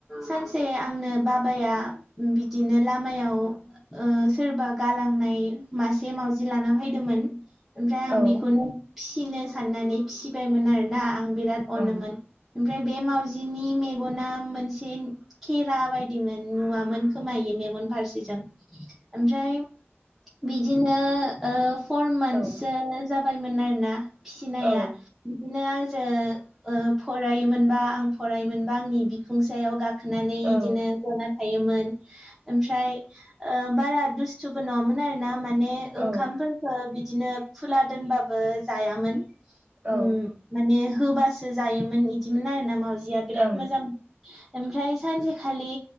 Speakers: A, in the centre; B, on the right (about 40°).
A: सानसे आंनो बाबाया बिदिनो लामायाव ओ सोरबा गालांनाय मासे मावउजि लाना फैदोंमोन ओमफ्राय आं
B: औ
A: बेखौनो फिसिनो साननानै फिसिबायमोन आरोना आं बिराद अनोमोन
B: ओम
A: ओमफ्राय बे मावाजिनि मेगना मोनसे खेरा बायदि मोन नुवामोन खोमायो मेगन फारसेजों ओमफ्राय बिदिनो फर मान्थससो
B: औ
A: जाबायमोन आरोना फिसिनाया
B: औ
A: बिदिनो ओ फरायोमोनबा आं फरायोमोनबा आंनि बिखुंसायाव गाखो नानै बिदिनो
B: औ
A: जना थायोमोन ओमफ्राय बारा दुस्थुबो नङामोन। आरो ना माने
B: औ
A: ओंखामफोरखो बिदिनो खुला दोनबाबो जायामोन।
B: औ
A: उम माने होबासो जायोमोन बिदिमोन आरो ना मावाउजिया बिराद
B: ओम
A: मोजां ओमफ्राय सानसेखालि